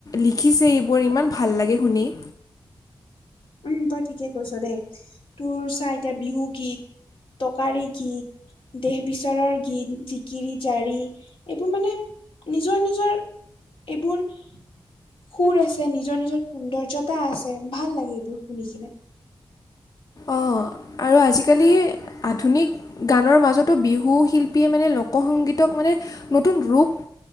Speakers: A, on the left; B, on the left.
A: লিখিছে এইবোৰ ইমান ভাল লাগে শুনি-
B: উম তই ঠিকেই কৈছ দেই তোৰ চা এতিয়া বিহুগীত, টকাৰী গীত- দেহ বিচাৰৰ গীত, জিকিৰি জাৰি এইবোৰ মানে- নিজৰ নিজৰ এইবোৰ- সুৰ আছে নিজৰ নিজৰ সুন্দৰ্যতা আছে ভাল লাগে এইবোৰ শুনি কিনে-
A: অ আৰু আজিকালি আধুনিক- গানৰ মাজতো বিহু শিল্পীয়ে মানে লোকসংগীতক মানে নতুন ৰূপ-